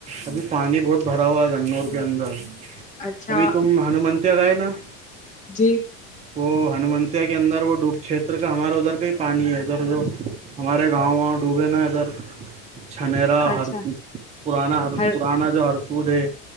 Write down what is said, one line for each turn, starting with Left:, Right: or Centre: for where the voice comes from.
Right: ابھی پانی بہت بھرا ہوا ہے گنور کے اندر
Left: اچھا
Right: ابھی تم ہنومنتیا گئے نا
Left: جی
Right: وہ ہنومتیا کے اندر وہ ڈوب چھیتر کا ہمارا ادھر کا ہی پانی ہے ادھر جو ہمارے گاؤں گاؤں ڈوبے نا ادھر چھنرا
Left: اچھا
Right: ہر پرانا
Left: ہر
Right: پرانا جو ہرسود ہے